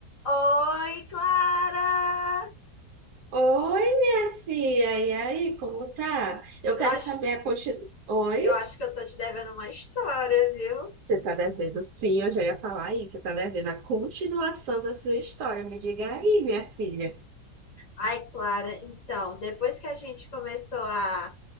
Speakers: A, on the left (about 55°); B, on the right (about 75°).
A: Oi, Clara!
B: Oi, minha filha, e aí, como tá? Eu
A: Eu
B: quero
A: acho,
B: saber a continuação. Oi?
A: eu acho que eu tô te devendo uma história, viu?
B: Você tá devendo? Sim, eu já ia falar isso. Você tá devendo a continuação da sua história. Me diga aí, minha filha.
A: Ai, Clara, então, depois que a gente começou a